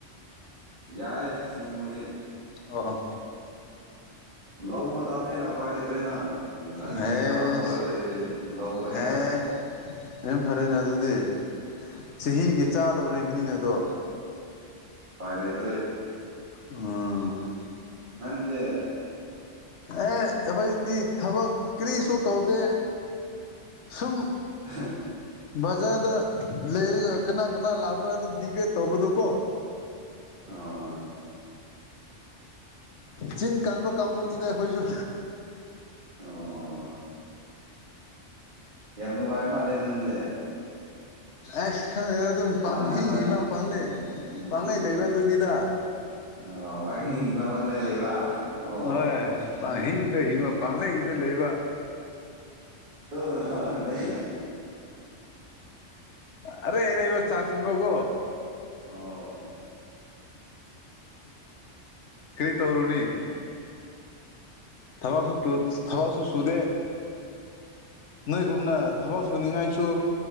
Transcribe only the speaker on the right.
ꯌꯥꯏ ꯁꯤꯕꯃꯗꯤ
ꯂꯧ ꯃꯇꯝꯅꯦ ꯍꯦꯟꯅ ꯎꯄꯥꯏ ꯂꯩꯇ꯭ꯔꯦꯅ ꯎꯝ ꯋꯥꯔꯤꯔꯤ
ꯃꯆꯥ ꯊꯧꯔꯒ ꯂꯩꯔꯦ ꯂꯧ ꯀꯩꯗ
ꯄꯥꯏꯅ ꯏꯇꯩꯦ
ꯅꯪꯗꯦ
ꯍ
ꯑꯣ
ꯑꯣ ꯌꯥꯝ ꯅꯨꯡꯉꯥꯏ ꯃꯥꯜꯂꯦ ꯅꯪꯁꯦ
ꯋꯥ ꯉꯥꯡꯕ
ꯎꯝ
ꯑꯣ ꯄꯥꯡ ꯍꯤꯡ ꯍꯤꯡꯕ ꯄꯥꯡꯗꯏ ꯂꯩꯕ ꯑꯣ
ꯇꯧꯅ ꯐꯔꯅꯤ
ꯑꯣ